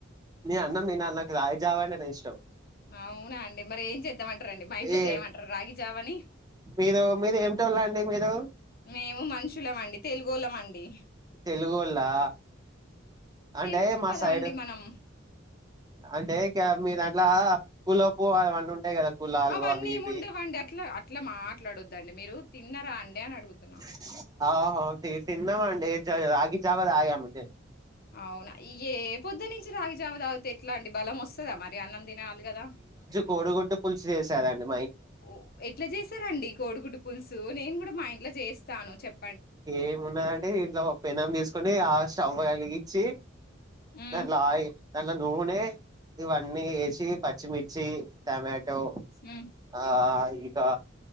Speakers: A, on the right; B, on the left.
A: నే అన్నం తిన నాకు రాగి జావా అంటేనే ఇష్టం.
B: అవునా అండి మరి ఏం చేద్దామంటారండి. మా ఇంట్లో
A: ఏ
B: చేయమంటార రాగిజావని.
A: మీరు మీరు ఏమిటోళ్ళు అండి మీరు
B: మేము మనుషులమండి తెలుగొల్లమండి. డి
A: తెలుగొల్లా అంటే
B: తెలుగు
A: మా
B: గదా
A: సైడు
B: అండి మనం.
A: అంటే మీరు ఇట్లా పూల ప అవన్నీ ఉంటాయి కదా. కులాలు
B: అవన్నీమి
A: అవి ఇవి
B: ఉండవండి. అట్లా అట్లా మాట్లాడద్దండి మీరు తిన్నరా అండి. అని అడుగుతున్నా.
A: <unintelligible> ఆహో ఒకే తిన్నామండి రాగి జవా తాగామండి
B: అవునా ఇగ ఏ పొద్దు నుంచి రాగిజావ తాగితే ఎట్ల అండి బలం వస్తదా మరి అన్నం తి నాలి కదా
A: కోడుగుడ్డు పులుసు చేసాదండి
B: ఒ ఎట్ల చేసారండి కో కోడుగుడ్డు పుల్సు నేన్గూడా మా ఇంట్లో చేస్తాను చెప్
A: ఏమున్నదంటే ఇంట్ల ఒక పెనం తీసుకొని ఆ స్టవ్ ఎలిగిచ్చి
B: హ్మ్.
A: దాంట్లో ఆయిల్ దాంట్లో నూనె ఇవన్నీ యేసి పచ్చిమిర్చి టమా టో
B: హ్మ్.
A: ఆ ఇంకా